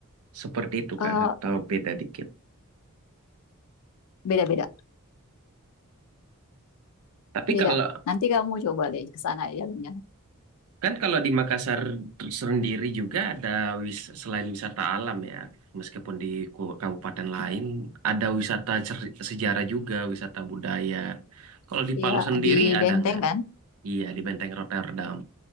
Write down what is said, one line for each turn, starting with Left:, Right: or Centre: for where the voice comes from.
Right: Seperti itu
Left: Eh,
Right: kah? Atau beda dikit?
Left: beda-beda,
Right: Tapi
Left: beda.
Right: kalau
Left: Nanti kamu coba deh ke sana ya, jalan-jalan.
Right: kan kalau di Makassar sendiri juga ada wis, selain wisata alam ya, meskipun di ku- kabupaten lain ada wisata cer- sejarah juga, wisata budaya. Kalau di Palu
Left: Ya
Right: sendiri
Left: di
Right: ada
Left: Benteng
Right: nggak?
Left: kan.
Right: Iya di Benteng Rotterdam.